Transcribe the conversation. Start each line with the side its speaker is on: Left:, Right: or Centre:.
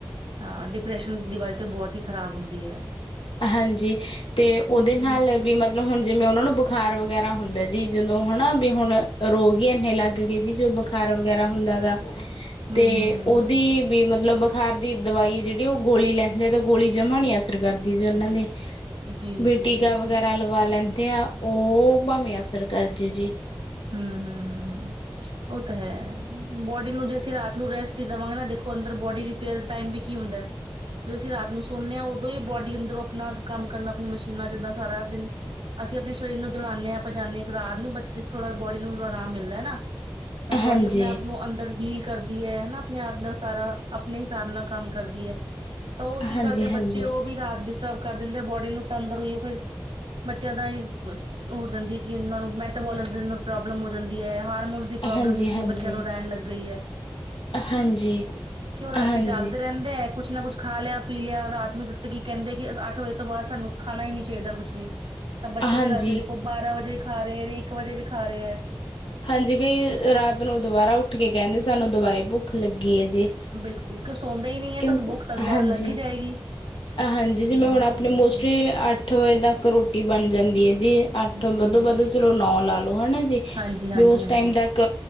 Right: ਹਾਂ ਡਿਪਰੈਸ਼ਨ ਦੀਵਾਲ ਤੇ ਬਹੁਤ ਹੀ ਖ਼ਰਾਬ ਹੁੰਦੀ ਹੈ।
Left: ਹਾਂਜੀ ਤੇ ਉਹਦੇ
Right: ਹਮ
Left: ਨਾਲ ਵੀ ਮਤਲ ਮਤਲਬ ਹੁਣ ਜਿਵੇਂ ਉਹਨਾਂ ਨੂੰ ਬੁਖ਼ਾਰ ਵਗੈਰਾ ਹੁੰਦਾ ਜੀ ਜਦੋਂ ਹਨਾ। ਵੀ ਹੁਣ ਰੋਗ ਹੀ ਇੰਨੇ ਲੱਗ ਗਏ ਜੀ ਜੋ। ਬੁਖਾਰ ਵਗੈਰਾ ਹੁੰਦਾ ਗਾ
Right: ਹਮ
Left: ਤੇ
Right: ਹਮ ਹਮ
Left: ਉਹਦੀ
Right: ਹਮ
Left: ਵੀ ਮਤਲਬ ਬੁਖਾਰ ਦੀ ਦਵਾਈ ਜਿਹੜੀ ਉਹ ਗੋਲੀ ਲੈਂਦੇ ਆ, ਤਾਂ ਗੋਲੀ ਜਮ੍ਹਾਂ ਨਹੀਂ ਅਸਰ ਕਰਦੀ ਜੀ, ਉਹਨਾਂ ਦੇ
Right: ਜੀ
Left: ਬੀ,
Right: ਜੀ
Left: ਟੀਕਾ
Right: ਜੀ
Left: ਵਗੈਰਾ
Right: ਜੀ
Left: ਲਵਾ ਲੈਂਦੇ ਆ। ਉਹ, ਭਾਵੇਂ ਅਸਰ ਕਰਜੇ ਜੇ।
Right: ਹਮ ਹਮ ਹਮ ਹਮ ਉਹ ਤਾਂ ਹੈ ਬੋਡੀ ਨੂੰ, ਜੇ ਅਸੀਂ ਰਾਤ ਨੂੰ ਰੈਸਟ ਦੇਵਾਂਗੇ ਨਾ, ਦੇਖੋ ਅੰਦਰ ਬੋਡੀਰਿਪੇਅਰ ਟੈਮ ਵੀ, ਕੀ ਹੁੰਦਾ‌। ਜਦ ਅਸੀ ਰਾਤ ਨੂੰ ਸੋਨਦੇ ਹਾਂ ਉਦੋਂ ਹੀ ਬੋਡੀ ਅੰਦਰੋਂ ਆਪਣਾ ਕੰਮ ਕਰਨਾ ਆਪਣੀ ਮਸ਼ੀਨਾਂ ਜਿੱਦਾਂ ਸਾਰਾ ਦਿਨ ਅਸੀਂ ਆਪਣੇ ਸਰੀਰ ਨੂੰ ਦੌਲਾਾਂਦੇ ਹਾਂ ਜਾਂਦੇ ਹ ਇੱਕ ਰਾਤ ਨੂੰ ਬੱਚ ਥੋੜਾ ਬੋਡੀ ਨੂੰ ਆਰਾਮ ਮਿਲਦਾ ਹਨਾ। ਤਾਂ ਬੋਡੀ
Left: ਹਾਂਜੀ
Right: ਆਪਣੇ ਆਪ ਨੂੰ ਅੰਦਰ ਹੀਲ ਕਰਦੀ ਹੈ ਹਨਾ। ਆਪਣੇ ਆਪ ਦਾ ਸਾਰਾ ਆਪਣੇ ਹਿਸਾਬ ਨਾਲ ਕੰਮ ਕਰਦੀ ਹੈ। ਤਾਂ ਉਹ ਕੀ
Left: ਹਾਂਜੀ
Right: ਕਰਦੇ
Left: ਹਾਂਜੀ
Right: ਬੱਚੇ ਉਹ ਵੀ ਡਿਸਟਰਬ ਕਰ ਦਿੰਦੇ ਬੋਡੀ ਨੂੰ ਤੰਦਰ ਹੋਈ ਫਿਰ। ਬੱਚਿਆਂ ਦਾ ਹੀ ਹੋ ਜਾਂਦੀ ਹੈ। ਕਿ ਉਹਨਾਂ ਨੂੰ ਮੈਟਾਬੋਲ ਪ੍ਰੋਬਲਮ ਹੋ ਜਾਂਦੀ ਹੈ। ਹਾਰਮੋਨਸ ਦੀ ਪ੍ਰੋਬਲਮ
Left: ਹਾਂਜੀ
Right: ਇਸ ਲਈ ਬੱਚਿਆਂ
Left: ਹਾਂਜੀ
Right: ਨੂੰ ਰਹਿਣ ਲੱਗ ਗਈ ਹੈ।
Left: ਹਾਂਜੀ
Right: ਹਨਾ ਕਿ ਉਹ ਰਾਤੀ
Left: ਹਾਂਜੀ
Right: ਜਾਗਦੇ ਰਹਿੰਦੇ ਹੈ। ਕੁਛ ਨਾ ਕੁੱਛ ਖਾ ਲਿਆ ਪੀ ਲਿਆ ਰਾਤ ਨੂੰ ਜਿੱਦ ਕਿ ਕਹਿੰਦੇ ਕਿ ਅੱਠ ਵਜੇ ਤੋਂ ਬਾਅਦ ਸਾਨੂੰ ਖਾਣਾ ਹੀ ਨੀ ਚਾਹੀਦਾ ਕੁੱਛ ਵੀ ਤਾਂ ਬੱਚੇ
Left: ਹਾਂਜੀ
Right: ਤਾਂ ਰਾਤੀ ਦੇਖੋ ਬਾਰਾਂ ਵਜੇ ਵੀ ਖਾ ਰਹੇ ਹੈ ਇੱਕ ਵਜੇ ਵੀ ਖਾ ਰਹੇ ਹੈ।
Left: ਹਾਂਜੀ ਕਈ
Right: ਹਨਾ
Left: ਰਾਤ ਨੂੰ ਦੁਬਾਰਾ ਉੱਠ ਕੇ ਕਹਿੰਦੇ ਸਾਨੂੰ ਦੁਬਾਰੇ ਭੁੱਖ ਲੱਗੀ। ਹੈ ਜੀ।
Right: ਬਿਲਕੁਲ ਕਿਉਂ ਸੌਂਦਾ ਹੀ ਨਹੀਂ ਹੈ
Left: ਕਿਉਂਕਿ
Right: ਬੁੱਖ ਤਾਂ ਦੁਬਾਰਾ
Left: ਹਾਂਜੀ।
Right: ਲੱਗੀ ਜਾਏਗੀ।
Left: ਹਾਂਜੀ ਜਿਵੇਂ
Right: ਹੂੰ
Left: ਹੁਣ ਆਪਣੇ ਮੋਸਟਲੀ ਅੱਠ ਵਜੇ ਤੱਕ ਰੋਟੀ ਬਣ ਜਾਂਦੀ ਹੈ। ਜੀ ਅੱਠ
Right: ਜੀ
Left: ਵੱਧੋ ਵੱਧ ਚਲੋ ਨੌ ਲਾ ਲੋੋ ਹਨਾ ਜੀ
Right: ਹਾਂਜੀ ਹਾਂਜੀ
Left: ਵੀ ਉਸ
Right: ਹਾਂਜੀ
Left: ਟਾਈਮ ਤੱਕ